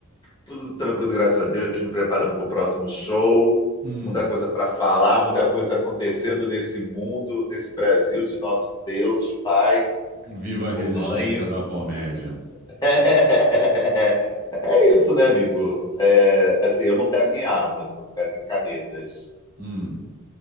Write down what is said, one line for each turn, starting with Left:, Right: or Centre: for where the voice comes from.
Left: Tudo tranquilo, graças a Deus. Me preparando para o próximo show.
Right: Hum,
Left: Muita coisa para falar, muita coisa acontecendo nesse mundo, nesse Brasil de nosso Deus, Pai
Right: viva a resistência
Left: ou Mãe.
Right: da comédia.
Left: <laughs> É isso, né, amigo? É, assim, eu não pego em armas, eu pego em canetas,
Right: Hum,